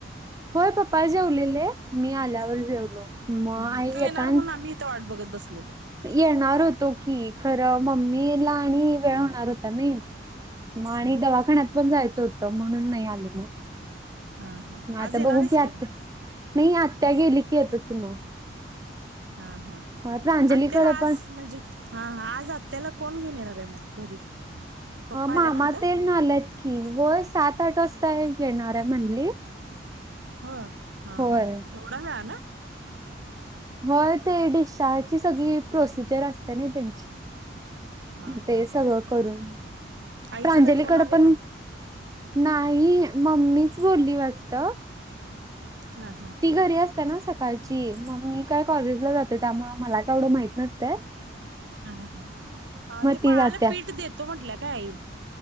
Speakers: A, on the right; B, on the right.
A: होय पप्पा जेवलेले मी आल्यावर जेवलो. मग
B: हम्म.
A: आई
B: तू
A: येतान
B: येणार म्हणून आम्ही इथे वाट बघत बसलेलो.
A: येणार होतो की खरं मम्मी ला आणि वेळ होणार होता नाही. मग आणि
B: हा
A: दवाखान्यात
B: हा
A: पण जायचं होतं म्हणून नाही आलो म.
B: हा हा
A: म आता
B: आज येणार
A: बघू
B: आहेस
A: की
B: काय
A: आत्या
B: मग
A: नाही आत्या गेली की येतो कि मग.
B: हा हा
A: होय प्रांजलीकडं
B: आत्याला आज
A: पण
B: म्हणजे हा आज आत्याला कोण घेऊन येणार आहे मग घरी? पप्पा आल्यानंतर
A: मामा तेन आल्यात की होय सात आठ वाजता येेणार आहे म्हणली.
B: होय हा
A: होय
B: हा तेढ्या वेळानं.
A: होय ते डिस्चार्जची सगळी प्रोसिजर असते ना त्यांची.
B: हा
A: ते
B: हा
A: सगळं
B: हा
A: करून
B: आईचा
A: प्रांजलीकड
B: काय फोन आलेला
A: पण नाही मम्मीच बोली वाटत.
B: हा हा.
A: ती घरी असते ना सकाळची मग मी काय कॉलेजला जाते त्यामुळं मला काय कवढं माहित नसतय.
B: हा हा ते
A: ती
B: बाळाला
A: जात्या
B: पीठ देतो म्हटलं काय आई